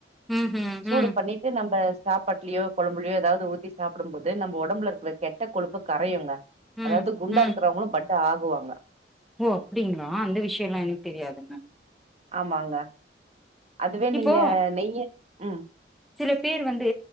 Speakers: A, in the centre; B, on the right (about 35°).
A: ம் ம்
B: சூடு
A: ம்
B: பண்ணிட்டு நம்ப சாப்பாட்லியோ கொழம்புலியோ ஏதாவ்து ஊத்தி சாப்புடும்போது நம் ஒடம்புல இருக்குற கெட்ட கொழுப்பு கரையோங்க
A: ம்
B: அதாவ்து குண்டா
A: ம்
B: இருக்குறவுங்ளு பட் ஆகுவாங்க
A: ஓ அப்டிங்களா அந்த விஷய எல்லா எனக்கு தெரியாதுங்க
B: ஆமாங்க அதுவே
A: இப்போ
B: நீங்க நெய்ய அ
A: சில பேர் வந்து